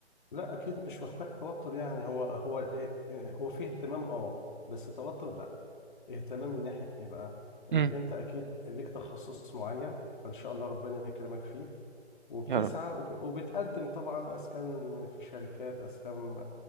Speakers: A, on the left (about 45°); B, on the right (about 45°).
A: لا اكيد مش محتاج توتر يعني هو هو إيه- إيه، هو فيه اهتمام اه بس توتر لا اهتمام من ناحية ايه بقى انك
B: امم
A: انت اكيد ليك تخصص معين فان شاء الله ربنا يكرمك فيه وبتسعى
B: يا رب
A: وب- وبتقدم طبعا اسكان في شركات اسكان